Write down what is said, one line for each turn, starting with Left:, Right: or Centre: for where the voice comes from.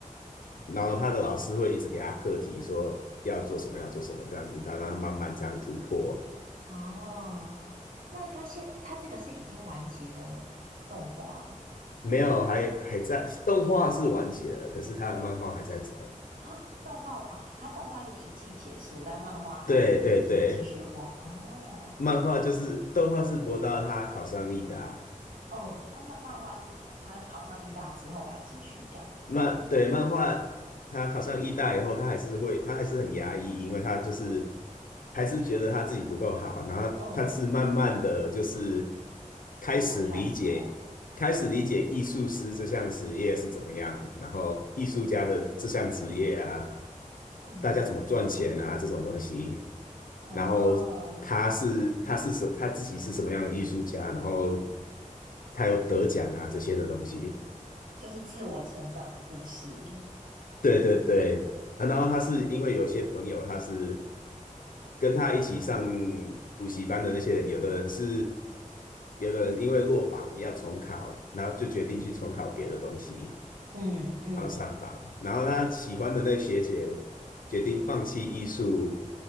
Left: 然后他的老师会一直给他课题，说要做什么要做什么这样子，他让他慢慢这样突破。
Right: 哦，那他现他这个是已经完结的动画了吗？
Left: 没有，还还在动画是完结了，可是他的漫画还在走。
Right: 啊，动画啊，它动画就是一季结束，但漫画还还继继续画。
Left: 对对对，
Right: 哦，
Left: 漫画就是动画是博到他考上立达。
Right: 嗯，那漫漫画是他考上艺大之后还继续这样。
Left: 漫对漫画，他考上艺大以后，他还是会，他还是很压抑，因为他就是还是觉得他自己不够好，然后他是慢慢的就是
Right: 嗯，
Left: 开始理解，
Right: 自我探索。
Left: 开始理解艺术师这项职业是怎么样，然后艺术家的这项职业啊，
Right: 嗯，
Left: 大家怎么赚钱啊这种东西，
Right: 哦，
Left: 然后他是他是什他自己是什么样的艺术家，然后他有得奖啊这些的东西。
Right: 就是自我成长的故事。
Left: 对对对，啊然后他是因为有些朋友他是
Right: 嗯，
Left: 跟他一起上补习班的那些人，有的人是，有的人因为落榜要重考，然后就决定去重考别的东西，
Right: 嗯嗯，
Left: 然后上榜，然后他喜欢的那个学姐决定放弃艺术，